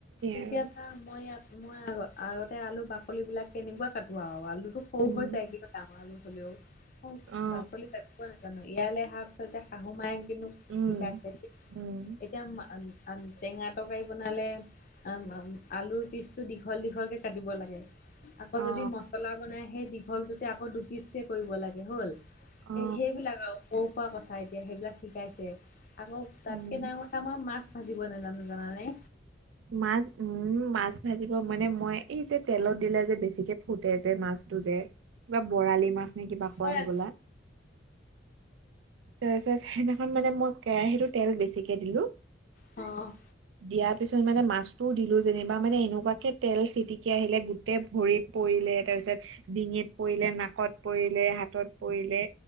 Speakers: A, on the left; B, on the right.
A: এতিয়া
B: আৰু
A: মই ইয়াত মই আগ আগতে আলু বাকলি বিলাক কেনেকুৱা কাটো আৱ আলুতো সৰু
B: উম
A: হৈ যায়গে ডাঙৰ আলু হ'লেও
B: অ
A: বাকলি কাটিব নাজানো ইয়ালে অহাৰ পিছত শাহু মায়ে কিন্তু
B: উম
A: শিকাইছে
B: উম
A: এতিয়া <unintelligible> টেঙা তৰকাৰি বনালে আম আম আলুৰ পিচটো দীঘল দীঘলকে কাটিব লাগে আকৌ
B: অ
A: যদি মছলা বনাই সেই দীঘলটোতে আকৌ দুপিচকে কৰিব লাগে হ'ল এই
B: অ
A: সেইবিলাক আৱ সৰু সুৰা কথা এতিয়া সেইবিলাক শিকাইছে আকৌ তাতকে
B: উম
A: ডাঙৰ মই মাছ ভাজিব নাজানো তুমি জানানে
B: মাছ উম মাছ ভাজিব মানে মই এই যে তেলত দিলে যে বেছিকে ফুটে যে মাছ টো যে কিবা বৰালি মাছ নে কিবা কয়
A: অ',
B: হবলা তাৰ পিছত সেইদিনাখন মানে মই কেৰাহীতো তেল বেছিকে দিলো
A: অ
B: দিয়াৰ পিছত মানে মাছটোও দিলোঁ যেনিবা মানে এনেকুৱাকে তেল চিটিকি আহিলে। গোটে ভৰিত পৰিলে তাৰপিছত ডিঙিত পৰিলে নাকত পৰিলে হাতত পৰিলে।